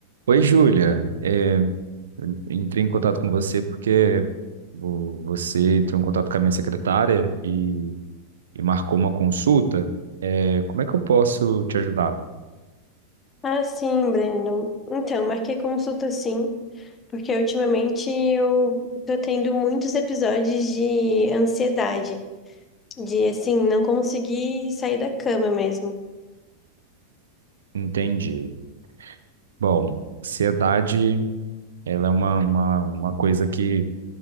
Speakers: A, on the right; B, on the left.
A: Oi, Júlia. É, eu entrei em contato com você porque vo- você entrou em contato com a minha secretária e, e marcou uma consulta. É, como é que eu posso te ajudar?
B: Ah, sim, Breno. Então, marquei consulta sim, porque ultimamente eu tô tendo muitos episódios de ansiedade, de assim, não conseguir sair da cama mesmo.
A: Entendi. Bom, ansiedade, ela é uma, uma, uma coisa que,